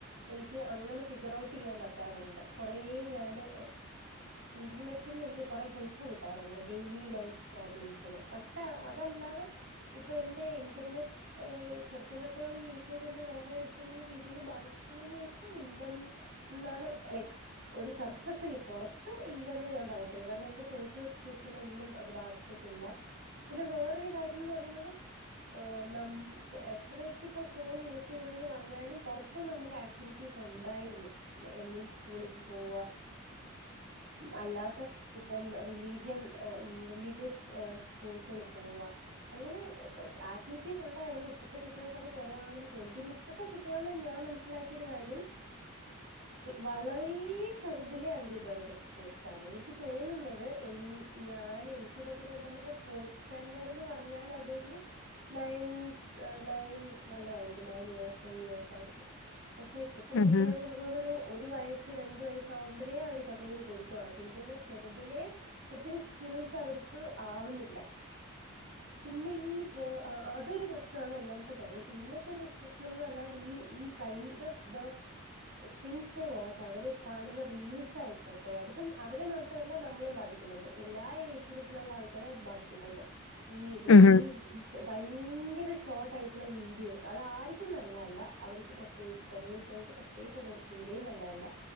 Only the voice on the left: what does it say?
ഉം
ഹും
ഉം ഹും